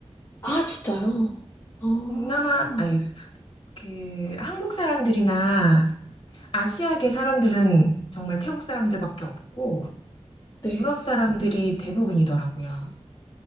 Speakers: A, on the left; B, on the left.
A: 아 진짜요? 아
B: 동남아 아니 그 한국 사람들이나 아시아계 사람들은 정말 태국 사람들밖에 없고
A: 네.
B: 유럽 사람들이 대부분이더라고요.